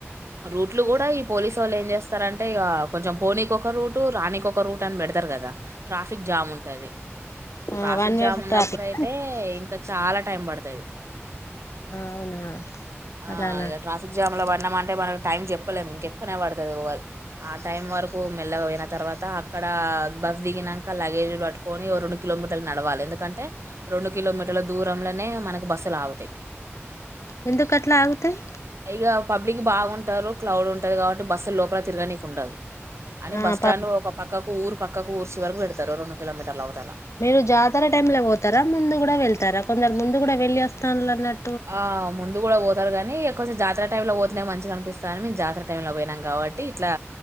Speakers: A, on the right; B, on the left.
A: రూట్లు కూడా ఈ పోలీసోళ్ళు ఏం చేస్తారంటే ఇగ కొంచెం పోనీకి ఒక రూట్ రానీకి ఒక రూట్ అని పెడతారు కదా ట్రాఫిక్ జాం ఉంటది
B: ఆ
A: ట్రాఫిక్
B: వన్
A: జామ్
B: వే
A: ఉన్నప్పుడు
B: ట్రాఫిక్
A: అయితే ఇంకా చాలా టైం పడుతాది
B: అవునా
A: ఆ
B: అలానా
A: ఇగ ట్రాఫిక్ జాం లో ప ఉన్నాము అంటే మనకు టైం చెప్పలేము ఇంకెక్కువనే పడుతుది <unintelligible> ఆ టైం వరకు మెల్లగ పోయిన తర్వాత అక్కడ బ దిగినాంక లగేజీలు పట్టుకొని రెండు కిలోమీటర్లు నడవాలి ఎందుకంటే రెండు కిలోమీటర్ల దూరంలోనే మనకు బస్సులు ఆగుతాయి
B: ఎందుకు అట్లా ఆగుతాయి
A: గా పబ్లిక్ బాగుంటారు క్లౌడ్ ఉంటది కాబట్టి బస్ స్సులు లోపల తిరగనీనికి ఉండదు అని
B: ఆ
A: బస్ స్టాండ్
B: పాపం
A: లో ఒక పక్క ఊరు ప క్కకు ఊరు చివరకు పెడతారు ఓ రెండు కిలోమీటర్లు అవు
B: మీరు జాతర టైమ్ లో పోతారా ముందు కూడా వెళ్తారా కొందరు ముం లు కూడా వెళ్ళి అస్తాంన్లు అన్నట్
A: ఆ ముందు కూడా పోతారు కానీ <unintelligible> జాతర టైమ్ లో పో ట్లా మంచిగా అనిపిస్తా అని మేం జాతర టైం లో పోయినాం కాబట్టి ఇట్లా